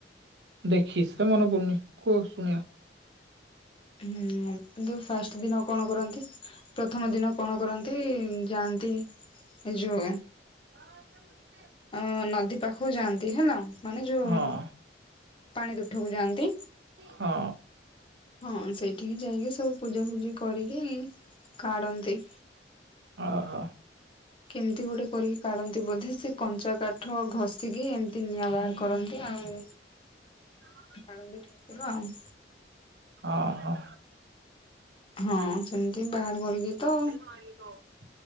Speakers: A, on the right; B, on the left.
A: ଦେଖିସି ମନେ ପଡୁନି କୁହ ଶୁଣିବା?
B: ହୁଁ। କିନ୍ତୁ ଫାଷ୍ଟ ଦିନ କଣ କରନ୍ତି ପ୍ରଥମ ଦିନ କଣ କରନ୍ତି ଯାଆନ୍ତି। ଏ ଯୋଉ
A: <inaudible>
B: ଅ ନଦୀ ପାଖକୁ ଯାଆନ୍ତି ହେଲା ମାନେ ଯୋଉ
A: ହଁ
B: ପାଣି ତୁଠକୁ ଯାଆନ୍ତି।
A: ହଁ।
B: ହଁ ସେଇଠିକି ଯାଇକି ସବୁ ପୂଜା ଫୂଜି କରିକି କାଢନ୍ତି।
A: ଓହୋ।
B: କେମିତି ଗୋଟେ କରି କାଢନ୍ତି ବୋଧେ ସେ କଞ୍ଚା କାଠ ଘଷିକି ଏମିତି ନିଆଁ ବାହାର କରନ୍ତି ଆଉ
A: ହଁ।
B: କାଳନ୍ଦୀ ଠାକୁର ଆଉ
A: ହଁ ହଁ।
B: ହଁ ସେମିତି ବାହାର କରିକି ତ
A: <inaudible>